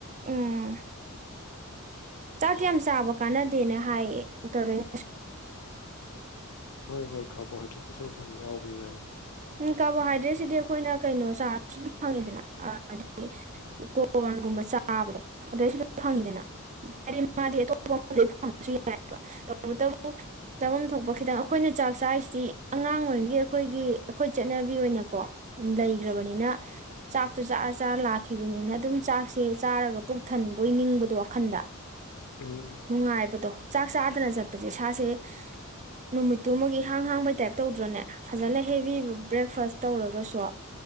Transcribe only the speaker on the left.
ꯍꯣꯏ ꯍꯣꯏ ꯀꯥꯔꯕꯣꯍꯥꯏꯗ꯭ꯔꯦꯠꯀꯤ ꯁꯔꯨꯛꯁ ꯌꯥꯝ ꯌꯥꯎꯕꯅꯅ
ꯎꯝ